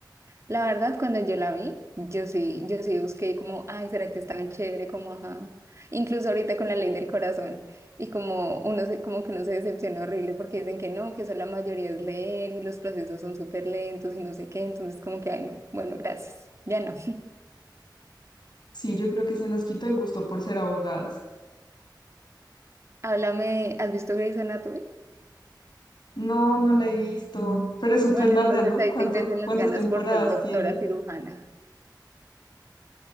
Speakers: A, on the right; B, on the left.
A: La verdad, cuando yo la vi, yo sí, yo sí busqué como, ay, ¿será que es tan chévere? Como, ajá. Incluso ahorita con la ley del corazón. Y como uno se, como que uno se decepciona horrible porque dicen que no, que eso la mayoría es leer y los procesos son súper lentos y no sé qué. Entonces, como que, ay, no, bueno, gracias. Ya no.
B: Sí, yo creo que se nos quitó el gusto por ser abogadas.
A: <laughs> Háblame, ¿has visto Grey's Anatomy?
B: No, no la he visto, pero es súper
A: Bueno,
B: larga,
A: entonces
B: ¿no?
A: ahí
B: ¿Cuánto,
A: te crecen
B: cuántas
A: las ganas
B: temporadas
A: por ser doctora
B: tiene?
A: cirujana.